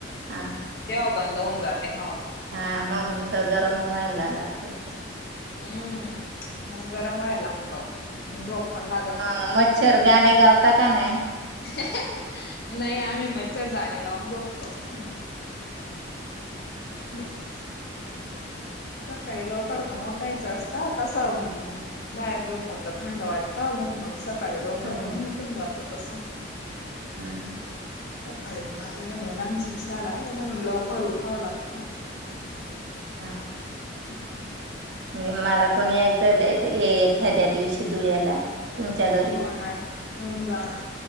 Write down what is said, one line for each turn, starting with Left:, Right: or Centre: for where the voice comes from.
Right: हा.
Left: तेव्हा बंद होऊन जाते हवा.
Right: हा मग तर गरम व्हायला लागते.
Left: हम्म मग गरम व्हायला लागत म झोप पण लागत
Right: मग
Left: नाही.
Right: मच्छर गाणे गावता का नाही.
Left: <inaudible> नाही आम्ही म र दणी लावून झोपतो. <inaudible> <unintelligible> सकाळी लवकर पण उठायचं असत तस बाहेर झोपून तर थंड वाटत. कोण मग सकाळी लवकर
Right: हा
Left: पण उठून जात तस
Right: हा.
Left: सकाळी मग आता या मुलांची शाळा आहे म्हणून लवकर उठावा लागत.
Right: <unintelligible>
Left: <unintelligible>
Right: मि मला पण यायचं त एखाद्या दिवशी धुड्याला तुमच्या घरी
Left: हो नाही येऊन जाना